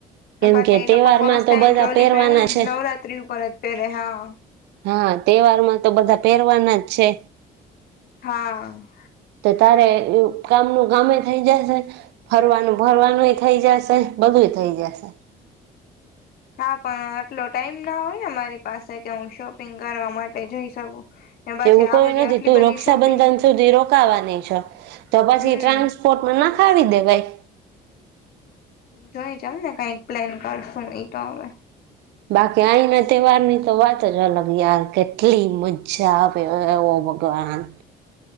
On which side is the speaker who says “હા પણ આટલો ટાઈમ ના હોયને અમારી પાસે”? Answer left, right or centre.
Left